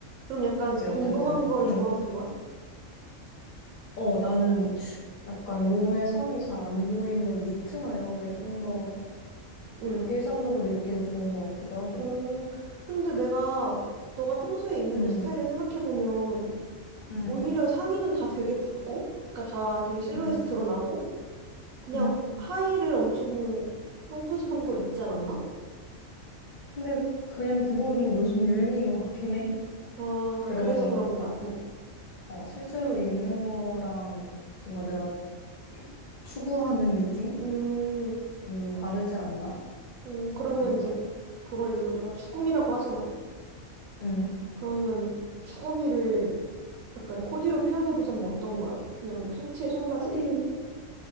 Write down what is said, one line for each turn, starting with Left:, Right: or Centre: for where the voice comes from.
Right: 그럼 약간
Left: 이제 어쨌든,
Right: 벙벙한 걸
Left: 응.
Right: 좋아하는 거야?
Left: 어, 나는 약간 몸에 선이 잘 안 보이는 니트나 이런 게 좀 더
Right: 응
Left: 일상적으로 입기는 좋은 것 같기도 하고.
Right: 음, 근데 내가, 너가 평소에 입는
Left: 응,
Right: 옷 스타일을 생각해보면,
Left: 응,
Right: 오히려 상의는 다 되게 붙고, 그니까 다 되게 실루엣이
Left: 응,
Right: 드러나고, 그냥
Left: 응.
Right: 하의를 엄청 펑퍼짐한 걸 입지 않았나?
Left: 근데 그냥 그건 요즘 유행인 것 같긴 해.
Right: 아,
Left: 그런,
Right: 가- 그래서 그런 거야. 응.
Left: 어, 실제로 입는 거랑 뭔가 내가 이렇게 추구하는 느낌?
Right: 음,
Left: 음, 좀 다르지 않나?
Right: 음, 그러면
Left: 누구나.
Right: 이제, 그걸 이제 우리가 추구미라고 하잖아?
Left: 음.
Right: 그러면 추구미를 약간 코디로 표현해보자면 어떤 거야? 그냥 뭐 셔츠에 청바지?
Left: 코디로.